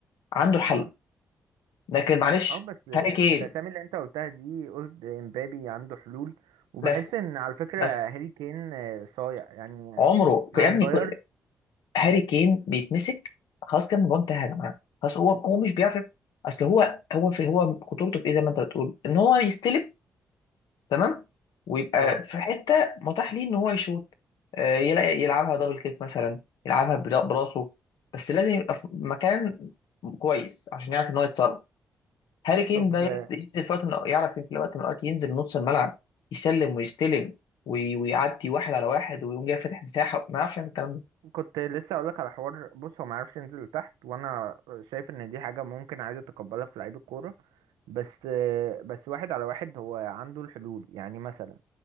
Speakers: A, on the left; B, on the right.
A: عنده الحل
B: اه
A: لكن معلش
B: اه بس
A: هاري كين
B: في الاسامي اللي انت قلتها دي قلت امبابي عنده حلول وبحس
A: بس
B: ان على فكره
A: بس
B: هاري كين آه، صايع يعني
A: عمره
B: مع
A: يا
B: الباير
A: ابني هاري كين بيتمسك خلاص كان الموضوع انتهى يا جماعه خلاص هو هو مش بيعرف اصل هو هو في هو خطورته في ايه زي ما انت بتقول ان هو يستلم تمام ويبقى
B: اه
A: في حته متاح ليه ان هو يشوط آه، يلاقي يلعبها دبل كيك مثلا يلعبها برا- براسه بس لازم يبقى في مكان كويس عشان يعرف ان هو يتصرف هاري كين
B: طب
A: ده ينزل
B: آه،
A: في وقت من الأوقات- يعرف في وقت من الاوقات ينزل نص الملعب يسلم ويستلم وي- ويعدي واحد على واحد ويقوم جاي فاتح مساحه ما يعرفش يعمل الكلام ده
B: كنت لسه اقولك على حوار بص هو ما عرفش ينزل لتحت وانا شايف ان دي حاجه ممكن عادي اتقبلها في لعيب الكوره بس آه، بس واحد على واحد هو عنده الحلول يعني مثلا